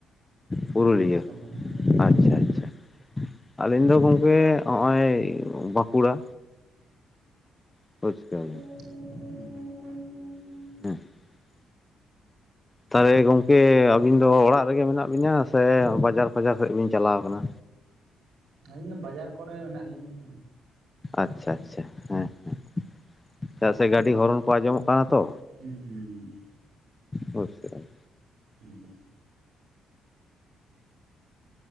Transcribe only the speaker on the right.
ᱯᱚᱱᱚᱛ ᱦᱩᱸ ᱦᱩᱸ
<unintelligible>
ᱟᱹᱞᱤᱧ ᱫᱚ ᱵᱟᱡᱟᱨ ᱠᱚᱨᱮ ᱢᱮᱱᱟᱜ ᱞᱤᱧᱟᱹ ᱾
ᱦᱩᱸ᱾
ᱦᱩᱸ᱾